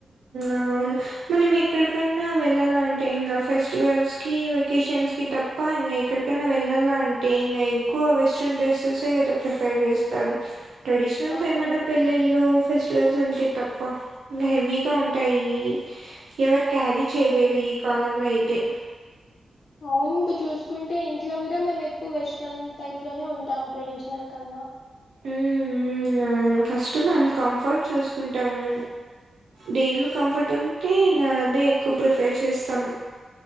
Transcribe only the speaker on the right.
అవ్ మనం ఎక్కడికన్నా వెళ్ళాల అంటే ఇంకా ఫెస్టివల్స్ కి వెకేషన్స్ కి తప్ ప్ప ఇంగ ఎక్కడకన్నా వెళ్ళల అంటే ఇంగ ఎక్కువ వెస్ట్రన్ డ్రెస్సెసె కదా ప్రిఫర్ చేస్తాను ట్రెడిషనల్స్
ఏమన్నా పెళ్ళిళ్ళు ఫెస్టివల్స్ ఉంటె తప్ప ఇంగ హెవీగా ఉంటాయి ఎవరి. క్యారీ చేయలేరు
ఈ కాలంలో అయితే.
ఉమ్ అవును ఫస్ట్ మనం కంఫర్ట్ చూసుకుంటాము. దేంట్లో కంఫర్ట్ ఉంటే ఇంకా అదే ఎక్కువ ప్రిఫేర్ చేస్తాం.